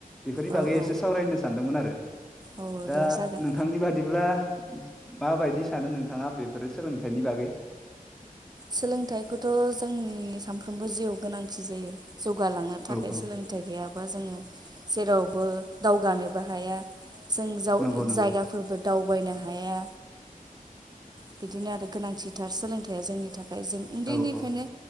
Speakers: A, in the centre; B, on the right.
A: बेफोरनि बागै
B: औ औ
A: एसे सावरायनो सानदोंमोन आरो
B: औ
A: दा
B: दे जागोन
A: नोंथांनि बादिब्ला उ <inaudible> माबायदि सानो नोंथाङा बेफोरो सोलोंथाइनि बागै?
B: सोलोंथाइखौथ' जोंनि सानफ्रोमबो जिउआव गोनांथि जायो। जौगालांनो थाखाय
A: औ औ
B: सोलोंथाइ गैया बा जोङो जेरावबो दावगानोबो हाया जों जाव-जायगाफोरबो
A: नंगौ नंगौ
B: दाव बायनो हाया बिदिनो आरो गोनांथिथार सोलोंथाइया जोंनि फ्राय जों उन्दैनिफ्रायनो
A: औ औ